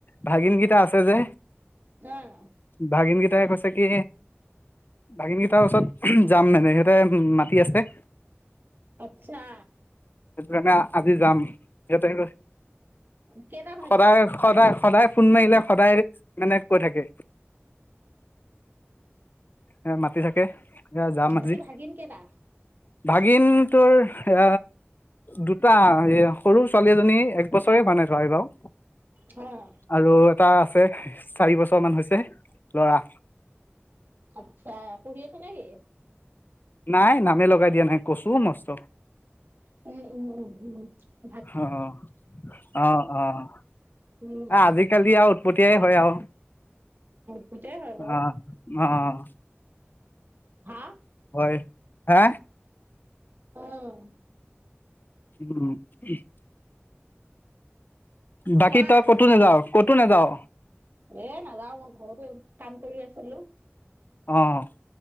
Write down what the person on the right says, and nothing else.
অঁহ।
আচ্ছা।
কেইটা ভাগিন
বাকী, ভাগিন কেইটা?
হয়।
আচ্ছা, পঢ়ি আছে নে কি?
উম, উম, উম, উম, উম।
উম
গোটেই হয় বাৰু
হা'।
অ'।
কোৱা
আৰু
এ নাযাওঁ মই ঘৰতে কাম কৰি আছিলো।